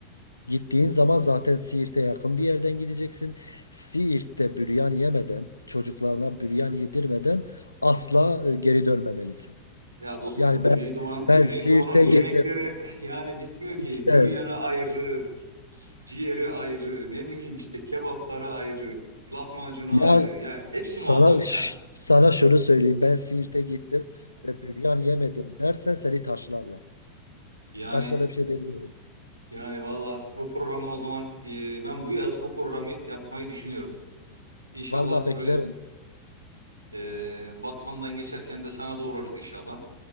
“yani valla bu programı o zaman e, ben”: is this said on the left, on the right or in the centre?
Right